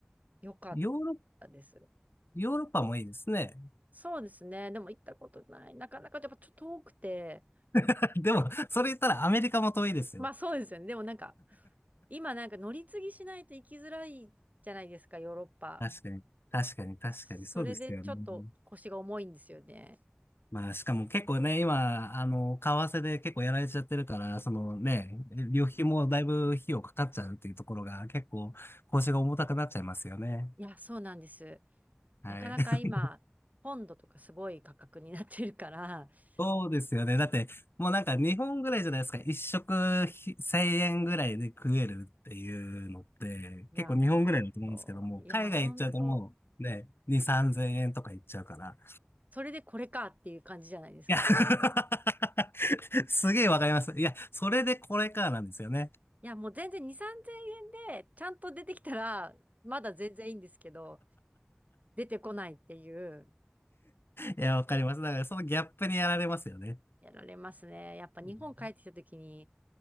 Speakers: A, on the right; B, on the left.
A: 良かっ
B: ヨーロ、
A: たです。
B: ヨーロッパもいいですね。
A: そうですね。でも行ったことない。なかなかやっぱちょっと遠くて。
B: <laughs> でも、それ言ったらアメリカも遠いですよ。
A: まあそうですよね。でもなんか、今なんか乗り継ぎしないと行きづらいじゃないですか、ヨーロッパ。
B: 確かに、確かに、確かに、
A: それでちょっと腰が重いんですよね。
B: そうですよね。まあ、しかも結構ね、今、あの、為替で結構やられちゃってるから、そのね、旅費もだいぶ費用かかっちゃうっていうところが、結構、腰が重たくなっちゃいますよね。
A: いや、そうなんです。
B: はい。
A: なかなか今、
B: <laughs>
A: ポンドとかすごい価格になってるから、<laughs>
B: そうですよね。だって、もうなんか日本ぐらいじゃないですか。一食ひ1000円ぐらいで食えるっていうのって、
A: いや、
B: 結構日本ぐらいだと思うんですけども、
A: ほんと、いや、
B: 海外行っちゃうともうね、
A: ほんと、
B: 2、3000円とか行っちゃうから。
A: それでこれかっていう感じじゃないですか。
B: いや <laughs> すげえわかります。いや、それでこれかなんですよね。
A: いや、もう全然2、3000円でちゃんと出てきたら、まだ全然いいんですけど、出てこないっていう、
B: いや、わかります。だからそのギャップにやられますよね。
A: やられますね。やっぱ日本帰ってきた時に、
B: うん